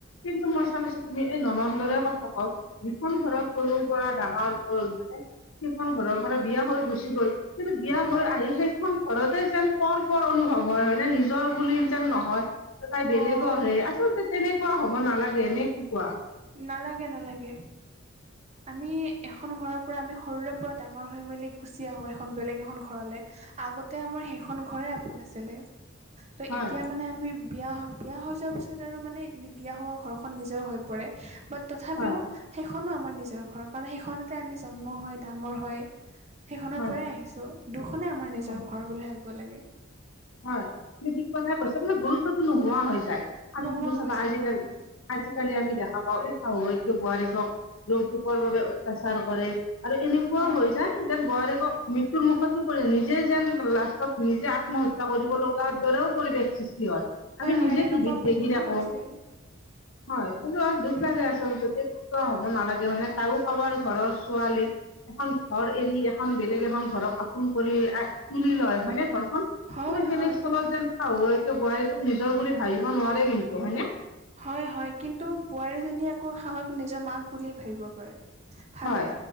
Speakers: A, on the left (about 80°); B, on the right (about 35°).
A: কিন্তু মই চাবিচোন তুমি এই ননন্দৰে কথা কওঁ যিখন ঘৰত সৰুৰ পৰা ডাঙৰ হ'ল, মানে সেইখন ঘৰৰ পৰা বিয়া হৈ গুচি গ'ল কিন্তু বিয়া
B: হয়
A: হৈ আহি সেইখন ঘৰতে যেন পৰ-পৰ অনুভৱ হয়, হয়নে নিজৰ বুলি যেন নহয় তাই বেলেগৰহে,
B: অঁ
A: আচলতে তেনেকুৱা হব নালাগে নে কি কোৱা?
B: নালাগে, নালাগে। আমি এখন ঘৰৰ পৰা আমি সৰুৰে পৰা ডাঙৰ হৈ মেলি গুচি আহোঁ, এখন বেলেগ এখন ঘৰলে। আগতে আমাৰ সেইখন ঘৰে আপোন আছিলে, ত'
A: হয়
B: এতিয়া মানে আমি বিয়া-বিয়া হৈ যোৱাৰ পিছত আৰু মানে বিয়া হোৱা ঘৰখন নিজৰ হৈ পৰে, বাট তথাপিও
A: হয়
B: সেইখনো আমাৰ নিজৰ ঘৰ, কাৰণ সেইখনতে আমি জন্ম হয়, ডাঙৰ হয় সেইখনৰ
A: হয়
B: পৰাই আহিছো দুখনে আমাৰ নিজৰ
A: হয়
B: ঘৰ বুলি ভাবিব লাগে।
A: হয়, তুমিক কথাই কৈছা, যে গুৰুত্বতটো নোহোৱা হৈ যায় আৰু
B: নোহোৱা
A: তুমি চাবা
B: হৈ যায়
A: আজিকালি
B: হয়
A: আজিকালি আমি দেখা পাও, এই শাহুৱেকটো, বোৱাৰীটোক যৌতুকৰ বাবে অত্যাচাৰ কৰে আৰু এনেকুৱাও
B: অঁ
A: হৈ যায় যেন বোৱাৰীগক মৃত্যু <unintelligible> মুখতো পৰি নিজে যেন লাষ্টত নিজে আত্মহত্যা কৰিবলৈ তাৰ দৰেও পৰিৱেশ সৃষ্টি হয়। আমি
B: হয়
A: নিজে
B: এনেকুৱা
A: টিভিত
B: বহুতো
A: দেখি থাকো।
B: হৈছে
A: হয়, কিন্তু অ, দুখল
B: উম।
A: যোয় আছে। হ'ব নালাগে হয়ে তও কাৰোবাৰ ঘৰৰ ছোৱালী এখন ঘৰ এৰি এখন বেলেগ এখন ঘৰক আপোন কৰি তুলি লয় হয়নে ঘৰখন?
B: হয়
A: কিন্তু সেনেস্থলত
B: হয় কিয়
A: যেনাহ বোৱাৰী তোক নিজৰ বুলি ভাবিব নোৱাৰে কিন্তু হয়নে?
B: হয়, হয় কিন্তু বোৱাৰীজনী আকৌ সাহস নিজৰ মাক বুল ভাবিব পাৰে। ভাবে
A: হয়